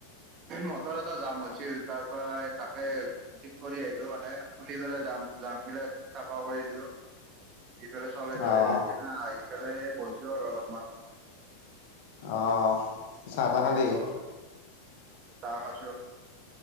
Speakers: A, on the right; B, on the left.
A: মটৰ এটা জাম হৈছিল তাৰ পৰা তাকে ঠিক কৰি আহিলোঁ মানে খুুলি পেলাই। যাম যাম গিলা চাফা কৰি আহিলোঁ। আহিফালে চলাই থৈ
B: আহ
A: আহিলো এতিয়া আহি পেলাই বইছো আৰু অলপমান।
B: অ চাহ তাহ খালি।
A: এনেকুৱা চাহ খাইছোঁ।